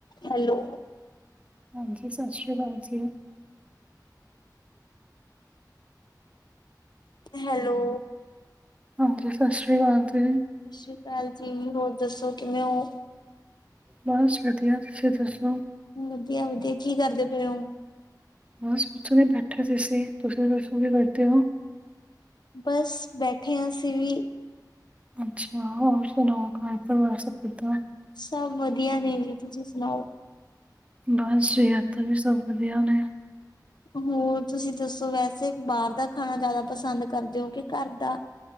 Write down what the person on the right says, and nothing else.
ਹਾਂਜੀ, ਸਤਿ ਸ਼੍ਰੀ ਅਕਾਲ ਜੀ।
ਹਾਂਜੀ, ਸਤਿ ਸ਼੍ਰੀ ਅਕਾਲ ਜੀ।
ਬਸ ਵਧੀਆ ਤੁਸੀਂ ਦੱਸੋ।
ਬਸ ਕੁਛ ਨਹੀ ਬੈਠਾ ਸੀ ਅਸੀ ਤੁਸੀ ਵੀ ਦਸੋ ਕਿ ਬੈਠੇ ਹੋ
ਅੱਛਾ ਹੋਰ ਸੁਣਾਓ ਘਰ ਪਰਿਵਾਰ ਸਬ ਕਿੱਦਾਂ
ਬਸ ਸੇ ਅਤਵੀ ਸਭ ਵਧੀਆ ਮੈਂ